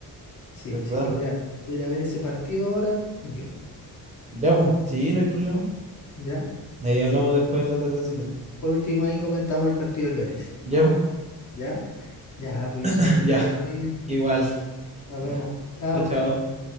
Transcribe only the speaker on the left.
Sí,
sí que voy a, ir a- voy a ir a ver ese partido ahora yo,
¿ya?
Así que
por último ahí comentamos el partido del Betis,
¿ya? Ya, pues yo
soy que te
vaya muy bien.
Nos
vemos. Chao.